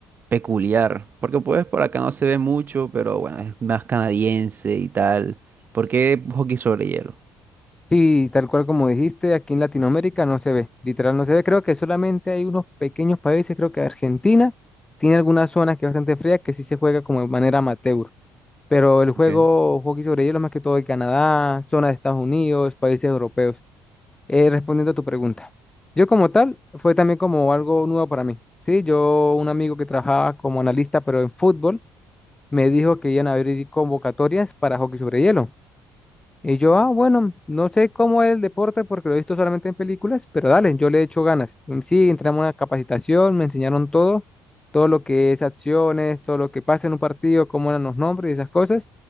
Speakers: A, on the right; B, on the left.
A: peculiar, porque pues por acá no se ve mucho, pero bueno, es más canadiense y tal. ¿Por
B: Sí.
A: qué hockey sobre hielo?
B: Sí, tal cual como dijiste, aquí en Latinoamérica no se ve, literal no se ve. Creo que solamente hay unos pequeños países, creo que Argentina tiene algunas zonas que es bastante fría que sí se juega como de manera amateur, pero el juego
A: Okay,
B: hockey sobre hielo más que todo de Canadá, zonas de Estados Unidos, países europeos. Eh, respondiendo a tu pregunta, yo como tal fue también como algo nuevo para mí. Sí, yo un amigo que trabajaba como analista pero en fútbol me dijo que iban a abrir convocatorias para hockey sobre hielo. Y yo, ah, bueno, no sé cómo es el deporte porque lo he visto solamente en películas, pero dale, yo le he hecho ganas. Mm, Sí, entramos a una capacitación, me enseñaron todo, todo lo que es acciones, todo lo que pasa en un partido, cómo eran los nombres y esas cosas.